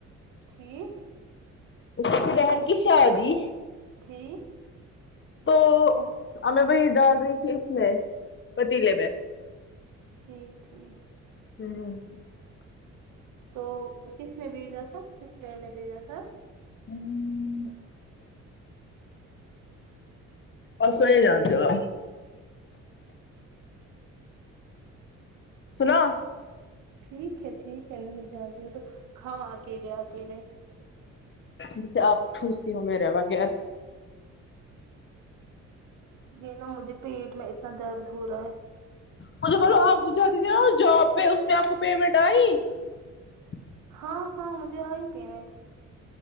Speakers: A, on the right (about 80°); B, on the left (about 40°).
A: ٹھیک
B: اس کی بہن کی شادی
A: تٹھیک
B: تو ہمیں وہی ڈال رہی تھی اس میں پتیلے میں
A: ٹھیک ٹھیک
B: ہوں ہ ہ
A: تو کس نے بھیجا تھا کس و نے بھیجا تھا
B: ہوں بس کو یہ جانتے ہو سناو
A: ٹھیک ہے ٹھیک ہے نہیں ج تو کاؤ اکیلے اکیلے <unintelligible>
B: جیسے آپ پوجتی ہو میریرے وغیر <unintelligible>
A: یہ نا مجھے <unintelligible> پیٹ میں اتنا درد ہو رہا ہے <unintelligible>
B: مجھے بولو آپ جا دیجے نا جاب پہ اس نے آپ کو پیمنٹ آئی <unintelligible>
A: ہاں ہاں مجھے آئی پیمنٹ <unintelligible>